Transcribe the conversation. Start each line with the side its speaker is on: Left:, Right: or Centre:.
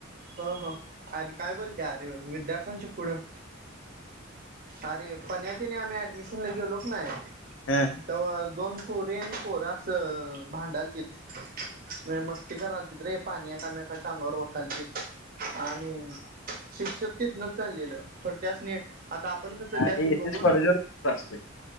Right: हो हो अरे काय बोलते अरे विद्यार्थ्यांच्या पुढं अरे पणण्यात तिने आम्ही ऍडमिशन ला घेऊलोक ना
Left: हा
Right: तेव्हा दोन पोर एन पोर अस भांडाल त म मस्ती करायल त रे पाणी आहे का म का अंगावर वसााय आणि शिक्षक तेच न चाललेलं खर त्याचनी आता पण कसं
Left: अरे
Right: त्यासनी
Left: एस
Right: बघून
Left: एस कॉलेजवर तसं असतंय.